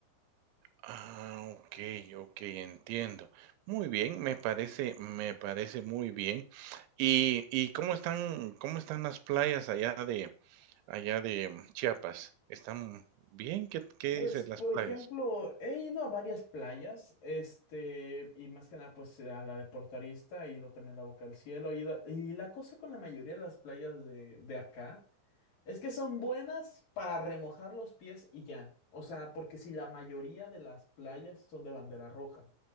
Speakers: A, on the right; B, on the left.
A: Ah, okey, okey, entiendo. Muy bien, me parece me parece muy bien. ¿Y y cómo están cómo están las playas allá de allá de mm, Chiapas? ¿Están bien? ¿Qué qué
B: Pues,
A: dicen
B: por
A: las playas?
B: ejemplo, he ido a varias playas, este, y más que nada, pues a la de Portarista, he ido también a la Boca del Cielo, he ido- y la cosa con la mayoría de las playas de, de acá es que son buenas para remojar los pies y ya. O sea, porque si la mayoría de las playas son de bandera roja.